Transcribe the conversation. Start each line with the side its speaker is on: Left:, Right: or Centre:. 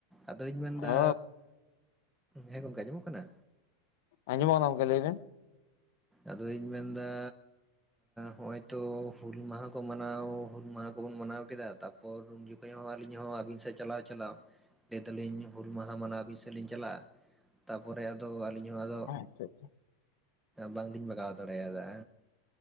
Centre: ᱟᱫᱚᱧ ᱢᱮᱱᱫᱟ
Left: ᱚ
Centre: ᱦᱮᱸ ᱜᱚᱝᱠᱮ ᱟᱸᱡᱚᱢᱚᱜ ᱠᱟᱱᱟ?
Left: ᱟᱡᱚᱢᱚᱜ ᱠᱟᱱᱟ ᱜᱚᱢᱠᱮ ᱞᱟᱹᱭ ᱢᱮ?
Centre: ᱟᱫᱚᱧ ᱢᱮᱱᱫᱟ ᱦᱚᱜᱚᱭᱛᱚ ᱦᱩᱞ ᱢᱟᱦᱟ ᱠᱚ ᱢᱟᱱᱟᱣ ᱦᱩᱞ ᱢᱟᱦᱟ ᱠᱚᱵᱚᱱ ᱢᱟᱱᱟᱣ ᱠᱮᱫᱟ ᱛᱟᱯᱚᱨ ᱯᱚᱨ ᱩᱱ ᱡᱚᱠᱷᱚᱱ ᱦᱚᱸ ᱟᱹᱞᱤᱧ ᱦᱚᱸ ᱟᱹᱵᱤᱱ ᱥᱮᱫ ᱪᱟᱞᱟᱣ ᱪᱟᱞᱟᱣ ᱞᱟᱹᱭ ᱫᱟᱞᱤᱧ ᱦᱩᱞ ᱢᱟᱦᱟ ᱢᱟᱱᱟᱣ ᱟᱵᱤᱱ ᱥᱮᱫ ᱞᱤᱧ ᱪᱟᱞᱟᱜᱼᱟ ᱾ ᱛᱟᱨᱯᱚᱨᱮ ᱟᱫᱚ ᱟᱹᱞᱤᱧ ᱦᱚᱸ ᱟᱫᱚ
Left: ᱟᱪᱷᱟ ᱟᱪᱷᱟ
Centre: ᱵᱟᱝᱞᱤᱧ ᱵᱟᱜᱟᱣ ᱫᱟᱲᱮᱭᱟᱫᱟ᱾